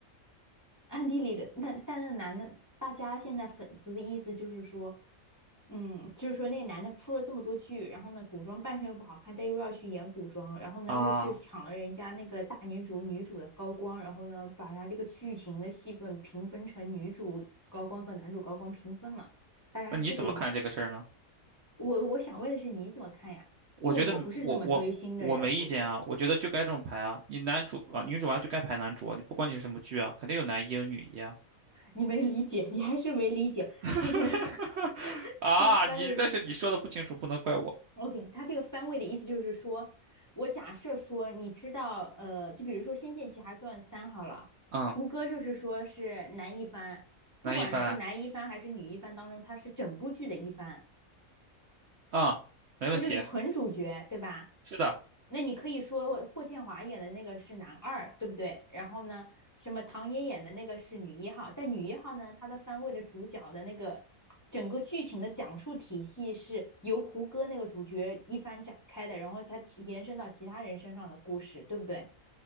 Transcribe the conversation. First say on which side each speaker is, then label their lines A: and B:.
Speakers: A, on the left (about 15°); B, on the right (about 65°).
A: 暗地里的。那但那男的，大家现在粉丝的意思就是说，嗯，就是说那个男的铺了这么多剧，然后呢，古装扮相又不好看，但又要去演古装，然后呢又去抢了人家那个大女主女主的高光，
B: 啊，
A: 然后呢把他这个剧情的戏份平分成女主高光和男主高光平分了，大家是这个意思。
B: 那你怎么看这个事儿呢？
A: 我我想问的是你怎么看呀？
B: 我觉得我我我没意见啊，
A: 因为我不是这么追星的人，我
B: 我觉得就该这么排啊。你男主啊，女主啊就该排男主啊，你不管你是什么剧啊，肯定有男一有女一啊。
A: 你没理解，你还是没理解，
B: <laughs>
A: 就是 <laughs>
B: 啊，
A: 这个番位这
B: 你但是你说的不清楚，不能怪我。
A: OK，他这个番位的意思就是说，我假设说你知道，呃，就比如说《仙剑奇侠传三》好了，
B: 嗯，
A: 胡歌就是说是男一番，
B: 男一番
A: 不管是男一番还是女一番当中，他是整部剧的一番。
B: 啊，没问题，
A: 他就是纯主角，对吧？
B: 是的，
A: 那你可以说霍建华演的那个是男二，对不对？然后呢，什么唐嫣演的那个是女一号，但女一号呢，她的番位的主角的那个整个剧情的讲述体系是由胡歌那个主角一番展开的，然后才延伸到其他人身上的故事，对不对？